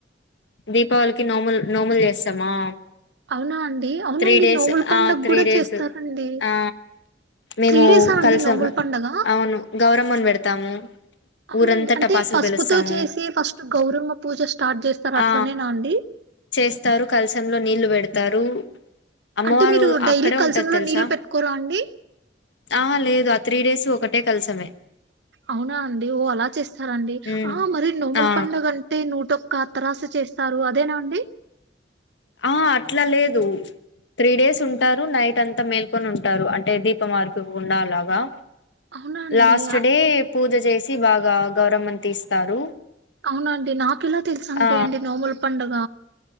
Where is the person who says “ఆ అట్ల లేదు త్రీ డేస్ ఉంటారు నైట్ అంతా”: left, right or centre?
Left